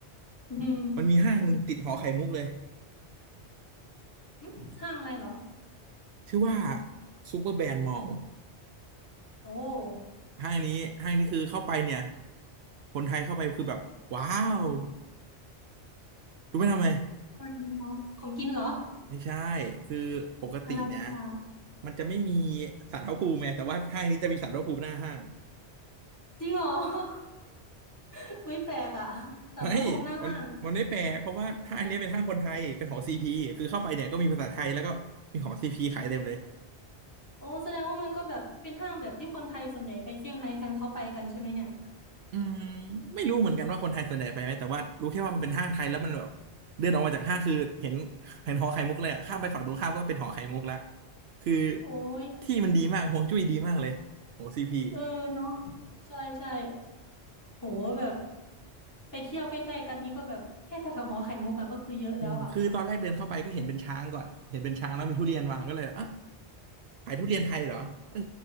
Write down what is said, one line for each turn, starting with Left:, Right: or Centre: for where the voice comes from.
Left: อืม
Right: มันมีห้างหนึ่งติดหอไข่มุกเลย
Left: หึห้างอะไรเหรอ
Right: ชื่อว่าซูเปอร์แบรนด์มอลล์
Left: โอ้
Right: ห้างนี้ห้างนี้คือเข้าไปเนี่ยคนไทยเข้าไปคือแบบว้าวรู้ไหมทำไม
Left: ทำไมดีเหรอของกินเหรอ
Right: ไม่ใช่คือปกติเนี่ย
Left: อะไรอะะ
Right: มันจะไม่มีศาลพระภูมิไงแต่ว่าห้างนี้จะมีศาลพระภูมิหน้าห้าง
Left: จริงเหรอ <laughs> อุ๊ยแปลกอ่ะสันประภูมิหน้าห้าง
Right: ไม่มันมันไม่แปลเพราะว่าห้างเนี้ยเป็นห้างคนไทยเป็นของซีพีคือเข้าไปเนี่ยก็มีภาษาไทยแล้วก็มีของซีพีขายเต็มเลย
Left: โอ้แสดงว่ามันก็แบบเป็นห้างแบบที่คนไทยส่วนใหญ่ไปเซี่ยงไฮ้กันเขาไปกันใช่ไหมเนี่ย
Right: อืมไม่รู้เหมือนกันว่าคนไทยส่วนใหญ่ไปไหมแต่ว่ารู้แค่ว่ามันเป็นห้างไทยแล้วมันแบบเดินออกมาจากห้างคือเห็นเห็นหอไข่มุกเลยอะข้ามไปฝั่งตรงข้ามก็เป็นหอไข่มุกละคือ
Left: โอ้ย
Right: ที่มันดีมากฮวงจุ้ยดีมากเลยของซีพี
Left: เออเนาะใช่ใช่โหแบบไปเที่ยวใกล้ๆกันนี่ก็แบบแค่แถวๆหอไข่มุกอะก็คือเยอะแล้วอะ
Right: อืมคือตอนแรกเดินเข้าไปก็เห็นเป็นช้างก่อนเห็นเป็นช้างแล้วมีทุเรียนวางก็เลยอ่ะขายทุเรียนไทยเหรอเออ